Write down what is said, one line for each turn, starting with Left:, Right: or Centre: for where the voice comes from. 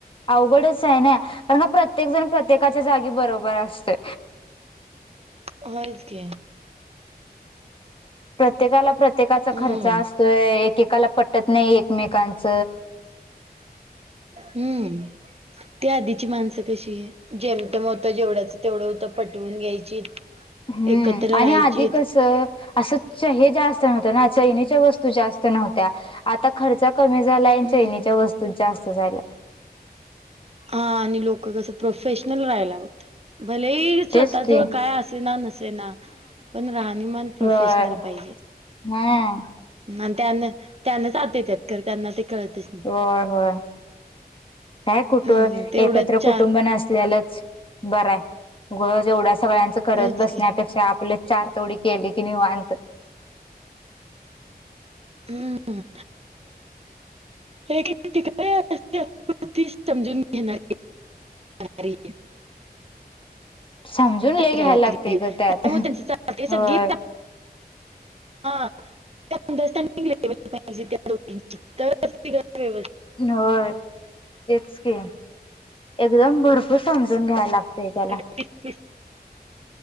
Left: अवघडच आहे ना कारण का प्रत्येक जण प्रत्येकाच्या जागी बरोबर असते
Right: होय की
Left: प्रत्येकाला प्रत्येकाचा
Right: हम्म
Left: खर्च असतोय एकेकाला पटत नाही एकमेकांच
Right: हम्म ती आधीची माणसं कशी जेमतेम होत जेवढ्याच तेवढं होतं पटवून घ्यायची
Left: हम्म
Right: एकत्र
Left: आणि
Right: राहायचीत
Left: आधी कसं असं हे जास्त नव्हतं ना चैणीच्या वस्तू जास्त नव्हत्या आता खर्च कमी झाला आणि
Right: हम्म
Left: चैनीच्या वस्तूत जास्त झाला
Right: हा आणि लोक कस प्रोफेशनल राहायला होत भले स्वतः
Left: तेच की
Right: जवळ काय असेना नसे ना पण राहणीमान प्रोफेशनल
Left: होय
Right: पाहिजे
Left: हा
Right: आणि त्यान त्यानचात त्यात कर त्यांना ते कळतेच
Left: होय होय काय कुटु
Right: हम्म तेवढंच
Left: एकत्र
Right: चार
Left: कुटुंब नसल्यालाच बर आहे उगाच एवढा सगळ्यांचं करत
Right: होयच
Left: बसण्यापेक्षा
Right: की
Left: आपल्या चार तेवढी केली की निवांत
Right: हम्म हे तिकडे अस ती समजून घेणार अरे
Left: समजून लय घ्यायला
Right: घरातली
Left: लागतेय
Right: त्यामुळे
Left: ग त्यात.
Right: त्यांचं चालते सगळी
Left: होय,
Right: हा अंडरस्टँडिंग व्हायला पाहिजे ते दोघींच्या तरच ते
Left: होय तेच की एकदम भरपूर समजून घ्यायला लागतय त्याला
Right: एक वेळेस